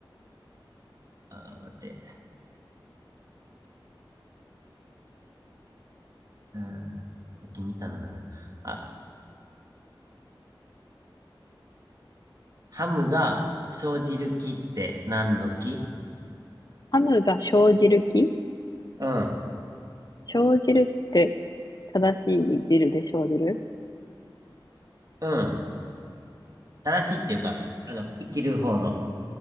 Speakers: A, on the right; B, on the left.
A: ー、待って。うん。さっき見たんだ。あ、ハムが生じる木って何の木
B: ハムが生じる木
A: うん。
B: 生じるって正しいに汁で生じる
A: うん。正しいっていうか、あの、生きる方の。